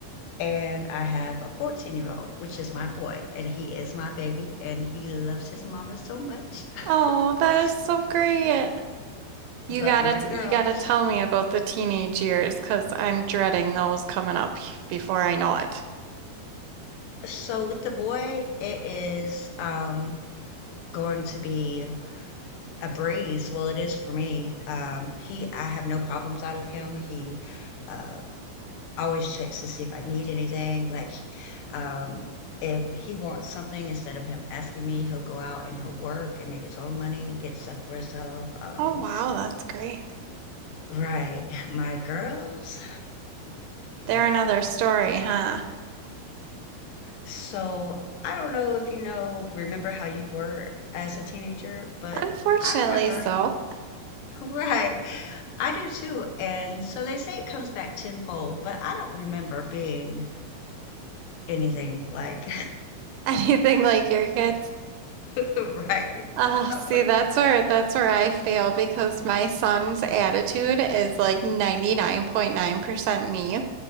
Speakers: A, on the left; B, on the right.
A: and I have a 14 year old, which is my boy, and he is my baby, and he loves his mama so much. <laughs>
B: oh, that is so great. You
A: but
B: gotta
A: my
B: t-
A: girls.
B: you gotta tell me about the teenage years, 'cause I'm dreading those coming up before I know it.
A: So with the boy, it is um going to be a breeze. Well, it is for me. Um, he, I have no problems out of him. He uh, always checks to see if I need anything. Like Um, if he wants something, instead of him asking me, he'll go out and he'll work and make his own money, get stuff for himself. Um,
B: Oh, wow, that's great.
A: right. <laughs> My girls.
B: They're
A: Mm.
B: another story, huh?
A: So I don't know if you know, remember how you were as a teenager, but
B: Unfortunately,
A: I remember,
B: so.
A: <laughs> right. I do too. And so they say it comes back tenfold, but I don't remember being anything like,
B: <laughs> Anything like your kids?
A: <laughs> right.
B: Ah,
A: Oh
B: see,
A: my God.
B: that's where that's where I fail because my son's attitude is like 99.9% me.